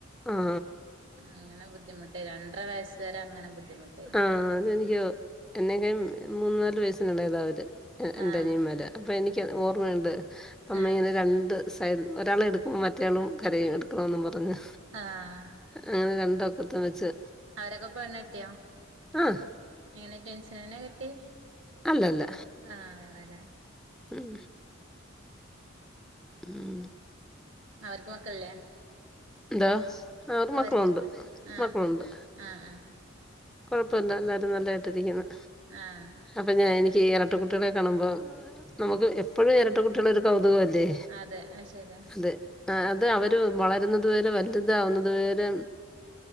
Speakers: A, in the centre; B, on the right.
A: ആ
B: അങ്ങനെ ബുദ്ധിമുട്ടെ രണ്ടര വയസ്സ വരെ അങ്ങനെ ബുദ്ധിമുട്ട്.
A: ആ അതെനിക്കോ എന്നെക്ക മൂന്ന നാലു വയസ്സിനു എളേതാ അവര്. എൻ്റെ
B: ആഹ്
A: അനിയന്മാര. അപ്പോ എനിക്ക് ഓർമ്മയുണ്ട് അമ്മ
B: ആഹ്
A: ഇങ്ങനെ രണ്ട്. സൈൽ ഒരാളെ എടുക്കുമ്പോ മറ്റയാളും കരയും. എടുക്ക്ണോന്നും പറഞ്ഞ്.
B: ആഹാ.
A: അങ്ങനെ രണ്ട് ഒക്കത്തും വെച്ച്.
B: അവരൊക്കെ പെണ്ണ് എട്ട്യോ
A: ആഹ്
B: എങ്ങനെ ട്ടെൻസന്നെ കെട്ട്യെ.
A: ഇലല്ല.
B: ആ വേറെലെ.
A: ഉം ഉം
B: അവർക്ക് മക്കള്ല്ലെ.
A: എന്താ ആറ്
B: അവർക്ക്
A: മക്കളുണ്ട്
B: ആഹ്
A: മക്കളുണ്ട്.
B: ആഹ് ആഹ്
A: കൊഴപ്പില്ല എല്ലാരും നല്ലായിട്ടിരിക്കുന്നു.
B: ആഹ്.
A: അപ്പം ഞാൻ എനിക്ക് എരട്ട കുട്ട്യെളെ കാണുമ്പോ. നമുക്ക് എപ്പഴും എരട്ട കുട്ടികള് ഒരു കൗതുകം അല്ലേ.
B: അതെ ആ ശരിയ.
A: അത് അത് അവര് വളരുന്നതു വരെ വലുതാവുന്നതു വരെ.